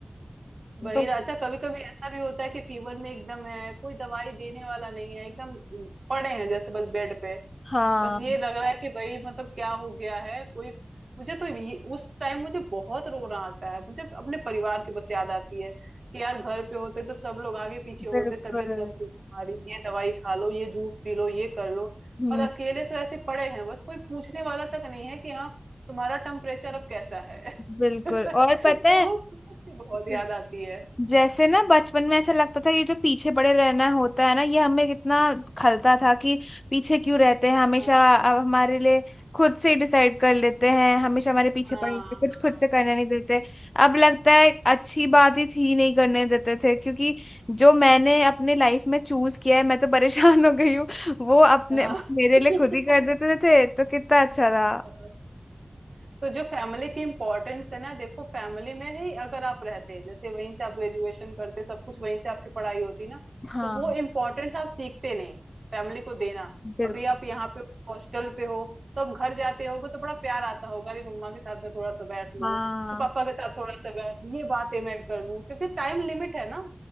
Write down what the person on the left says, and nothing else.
मैं तो
हाँ
बिल्कुल
हम्म
बिल्कुल
और पता
है
जैसे ना बचपन में ऐसा लगता था ये जो पीछे पड़े रहना होता है ना ये हमें कितना खलता था कि पीछे क्यों रहते हैं हमेशा
अब हमारे लिए खुद से डिसाइड कर लेते हैं हमेशा हमारे पीछे
पड़े रहते हैं,
कुछ खुद से करने नहीं देते अब लगता है अच्छी बात ही थी नहीं करने देते थे क्योंकि जो मैंने अपने लाइफ में चूज किया है मैं तो परेशान हो गई हूँ वो अपने
मेरे लिए खुद ही कर देते थे तो कितना अच्छा था
हाँ
बिल्कुल
हाँ